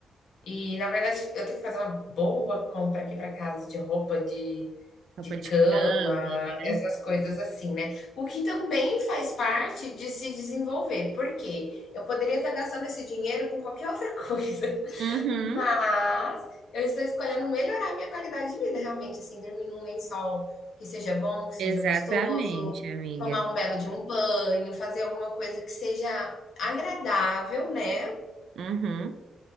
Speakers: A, on the left (about 80°); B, on the right (about 80°).
A: E, na verdade, eu tenho que fazer uma boa compra aqui para casa de roupa de de
B: Roupa de
A: cama,
B: cama, né?
A: essas coisas assim, né. O que também faz parte de se desenvolver, porque Eu poderia estar gastando esse dinheiro com qualquer outra coisa, <laughs>
B: Uhum,
A: mas eu estou escolhendo melhorar minha qualidade de vida, realmente, assim, dormir num lençol que seja bom, que seja
B: exatamente,
A: gostoso,
B: amiga.
A: tomar um belo de um banho, fazer alguma coisa que seja agradável, né,
B: Uhum.